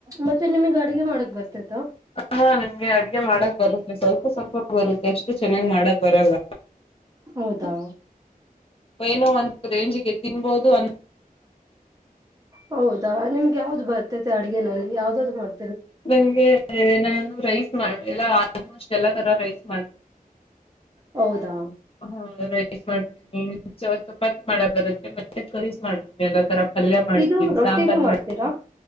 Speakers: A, on the right; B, on the left.
A: ಮತ್ತೆ ನಿಮ್ಗೆ ಅಡಗೆ ಮಾಡಕ್ ಬರ್ತೇತ.
B: ಹ ಹಾ ನಮ್ಗೆ ಅಡ್ಗೆ ಮಾಡಕ್ ಬರುತ್ತ ಸ್ವಲ್ಪ ಸ್ವಲ್ಪ ಬರುತ್ತೆ ಅಷ್ಟು ಚೆನ್ನಾಗ್ ಮಾಡಕ್ ಬರಲ್ಲ.
A: ಹೌದಾ.
B: ಏನೋ ಅಂತ ರೇಂಜ್ಗೆ ತಿನ್ಬೋದು ಅನ
A: ಹೌದಾ ನಿಮ್ಗೆ ಯಾವ್ದು ಬರ್ತತೆ ಅಡ್ಗೆನಲ್ಲಿ ಯಾವ್ದಾದ್ ಮಾಡ್
B: ನಂಗೆ ನಾನು ರೈಸ್ ಮಾಡ ಎಲ್ಲ ಆಲ್ಮೋಸ್ಟ್ ಎಲ್ಲಾ ತರ ರೈಸ್ ಮಾಡ
A: ಹೌದಾ.
B: ಹಾ ರೈಸ್ ಮಾಡ್ತೀನಿ ಚಪಾತಿ ಮಾಡಕ ಬರುತ್ತೆ ಮತ್ತೆ ಕರೀಸ್ ಮಾಡ್ತೀನಿ ಎಲ್ಲ ತರ. ಪಲ್ಯ ಮಾಡ್ತೀವಿ
A: ಇದು ರೊಟ್ಟಿನೂ
B: ಸಾಂಬಾರ
A: ಮಾಡ್ತೀರಾ
B: ಮಾಡ್ತೀನಿ